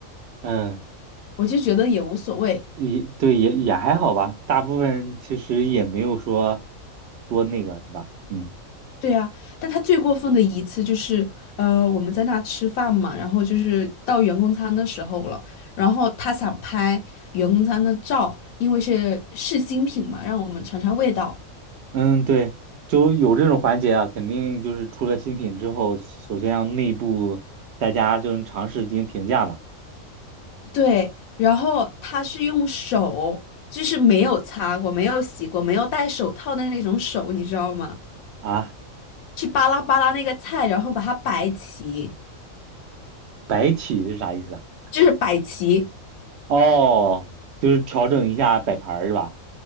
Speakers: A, on the right; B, on the left.
A: 嗯。
B: 我就觉得也无所谓。
A: 也对，也也还好吧，大部分其实也没有说多那个，是吧？嗯
B: 对啊，但他最过分的一次就是，呃，我们在那吃饭嘛，然后就是到员工餐的时候了，然后他想拍员工餐的照，因为是试新品嘛，让我们尝尝味道。
A: 嗯，对，就有这种环节啊，肯定就是出了新品之后，首先让内部大家就是尝试进行评价嘛。
B: 对，然后他是用手，就是没有擦过、没有洗过、没有戴手套的那种手，你知道吗？
A: 啊，
B: 去扒拉扒拉那个菜，然后把它摆齐，
A: 摆起是啥意思啊？
B: 就是摆齐，
A: 哦，就是调整一下摆盘儿是吧？